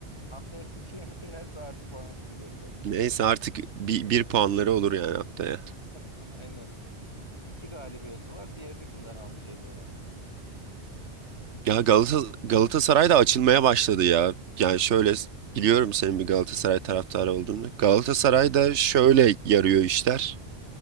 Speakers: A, on the left; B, on the right.
A: Haftaya <laughs> Sizi yenilirse artı puana çıkacaklar.
B: Neyse artık bir, bir puanları olur yani haftaya.
A: <laughs> Aynen. İki galibiyeti var. Diğerini kimden almış acaba?
B: Ya Galata, Galatasaray da açılmaya başladı ya. Yani şöyle biliyorum senin bir Galatasaray taraftarı olduğunu. Galatasaray da şöyle yarıyor işler.